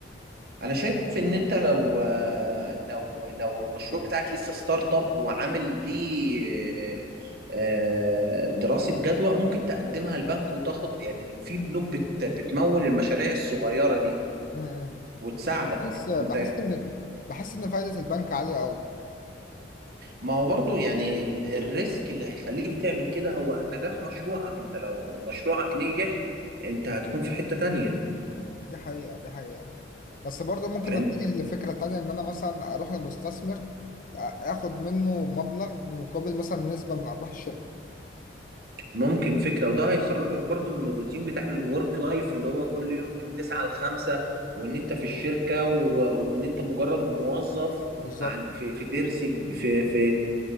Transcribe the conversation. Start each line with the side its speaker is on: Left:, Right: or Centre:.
Right: انا شايف ان انت لو آه، لو لو المشروع بتاعك لسه ستارت اب وعامل ليه آه، آه، دراسه جدوى ممكن تقدمها البنك وتاخد يعني في بنوك بت بتمول المشاريع الصغيره دي
Left: امم
Right: وتساعدك
Left: بس بحس بحس
Right: انت
Left: ان بحس ان فايدة البنك عالية قوي
Right: ما هو برضو يعني ال- الريسك اللي هيخليك تعمل كده هو نجاح مشروعك انت لو مشروعك نجح انت هتكون في حتة تانية
Left: دي حقيقة دي حقيقة بس برضه ممكن
Right: فاهم
Left: اتجه لفكرة تانية ان انا مثلا اروح لمستثمر اخد منه مبلغ بمقابل مثلا نسبة من ارباح الشركة
Right: ممكن فكرة وده هيخرجك برضو من الروتين بتاع الورك لايف اللي هو كل يوم من تسعة لخمسة وان انت في الشركة و... وان انت مجرد موظف
Left: بالظبط
Right: عن... في في ترس كب- في في